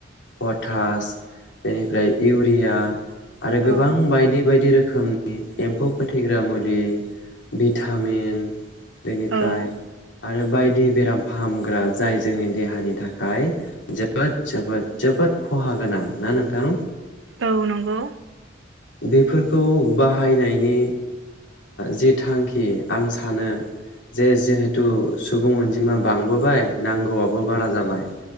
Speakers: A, on the left; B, on the right.
A: पटास, बेनिफ्राय इउरिया आरो गोबां
B: औ
A: बायदि बायदि रोखोमनि एम्फौ फोथैग्रा मुलि भिटामिन बेनिफ्राय
B: औ
A: आरो बायदि बेराम फाहामग्रा जाय जोंनि देहानि थाखाय जोबोद जोबोद जोबोद खहा गोनां ना नोंथां?
B: औ नंगौ
A: बेफोरखौ बाहायनायनि जि थांखि आं सानो जे जिहेथु सुबुं अनजिमा बांबोबाय नांगौआबो बारा जाबाय।